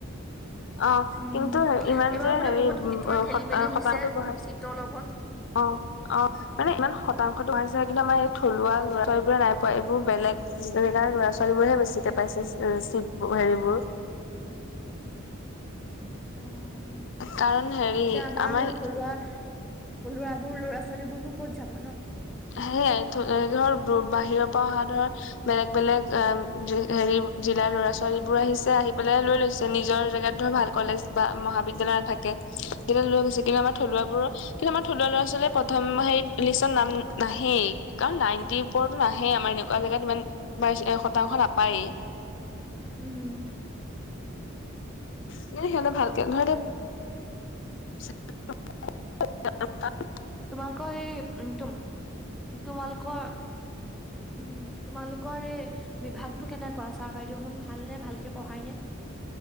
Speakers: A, on the left; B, in the centre.
A: অ
B: উম,
A: কিন্তু ইমান
B: এইবাৰ
A: যে
B: বোলে
A: হেৰি
B: বহুত খে- তোমাৰ খেলি
A: হতা
B: মেলি
A: হতাহতো
B: হৈছে
A: বহাইছে।
B: চিটৰ লগত।
A: অ অ মানে ইমান শতাংশটো বহাইছে কিন্তু আমাৰ থলুৱা ল'ৰা ছোৱালবোৰে নাই, এইবোৰ বেলেগ জেগাৰ ল'ৰা ছোৱালী বোৰেহে বেছিকে পাইছে চি হেৰিবোৰ,
B: উম,
A: কাৰণ হেৰি
B: অ এতিয়া আমাৰো
A: আমাৰ
B: থলুৱা, ল'ৰাবোৰ ল'ৰা ছোৱালী বোৰনো ক'ত যাব ন?
A: সেয়াই ধৰ বাহিৰৰ পৰা অহা ধৰ, বেলেগ বেলেগ অ হেৰি জিলাৰ লৰা ছোৱালী বোৰ আহিছে আহি পেলাই লৈ লৈছে নিজৰ জেগাত ধৰ ভাল, কলেজ বা মহাবিদ্যালয় নাথাকে যেতিয়া লৈ গৈছে, তুমি আমাৰ থলুৱা
B: উম,
A: বোৰৰ কিন্তু আমাৰ থলুৱা ল'ৰা ছোৱালী প্ৰথম লিষ্টৰ নাম। নাহেই কাৰণ নাইনটি ওপৰত নাহেই আমাৰ এনেকুৱা জেগাত ইমান বাই শতাংশ নাপায়েই।
B: উম
A: সিহঁতে ভালকে নহয় দে, <unintelligible> ত <unintelligible>
B: তোমালোকৰ এই উম তোম তোমালোকৰ, উম তোমালোকৰ এই বিভাগটো কেনেকুৱা ছাৰ বাইদেউ শুন ভালনে, ভালকে পঢ়াই নে?